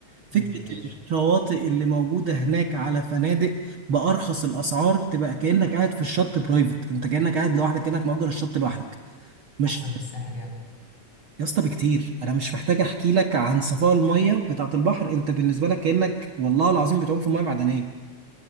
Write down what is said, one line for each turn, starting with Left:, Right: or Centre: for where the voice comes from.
Right: فكره
Left: يا عم ماشي
Right: الشواطئ اللي موجوده هناك على فنادق بارخص الاسعار تبقى كانك قاعد في الشط برايفت انت كانك قاعد لوحدك كانك مأجر الشط لوحدك مش
Left: احسن من الساحل يعني
Right: يا اسطى بكتير انا مش محتاج احكي لك عن صفاء الميه بتاعه البحر انت بالنسبه لك كانك والله العظيم بتعوم في ميه معدنيه